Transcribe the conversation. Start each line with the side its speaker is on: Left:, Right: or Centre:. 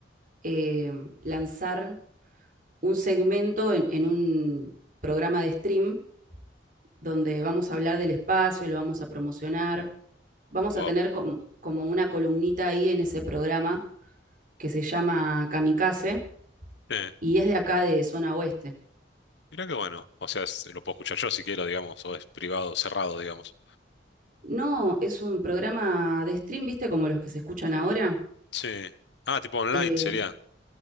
Right: eh, lanzar un segmento en, en un programa de stream donde vamos a hablar del espacio, lo vamos a promocionar, vamos
Left: wow.
Right: a tener com- como una columnita ahí en ese programa que se llama Kamikaze
Left: Eh,
Right: y es de acá de zona oeste.
Left: mirá qué bueno. O sea, es- lo puedo escuchar yo si quiero, digamos, o es privado, cerrado, digamos.
Right: No, es un programa de stream, ¿viste? Como los que se escuchan ahora.
Left: Sí. Ah, tipo online
Right: Eh,
Left: sería.